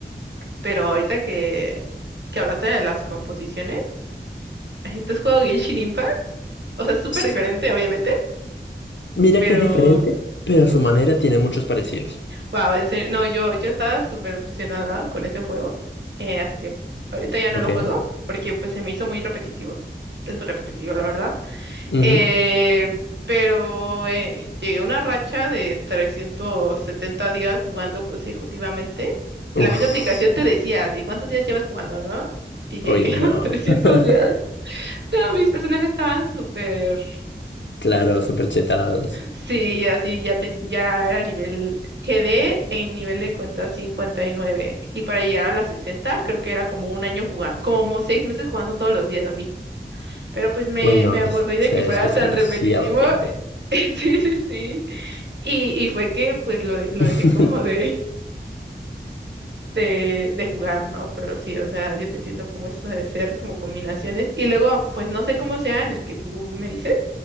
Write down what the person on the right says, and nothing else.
Pero ahorita que, que hablaste de las composiciones, ¿tú has jugado Genshin Impact? O sea,
es súper
diferente, obviamente,
pero
wow, en serio, no, yo, yo estaba súper obsesionada con ese juego eh, hace tiempo. Ahorita ya no
lo juego porque pues se me hizo muy repetitivo. Es muy repetitivo, la verdad.
Eh, pero eh, llegué a una racha de 370 días jugando consecutivamente. En la
misma aplicación te decías, ¿y cuántos días llevas jugando, no? Y llegué
<laughs> a 300
días. No, mis personajes estaban súper.
Sí, así ya, ten- ya era nivel. Quedé en nivel de cuenta 59. Y nueve. Y para llegar a las 60, creo que era como un año jugando, como seis meses jugando todos los días así. Pero pues me,
me aburrí
de
que fuera
tan
repetitivo.
<laughs> Sí, sí, sí. Y, y fue que pues lo, de- lo
dejé como de, de, de jugar, ¿no? Pero sí, o sea, yo te entiendo como eso de ser como combinaciones. Y luego, pues no sé cómo sea en el que tú me dices.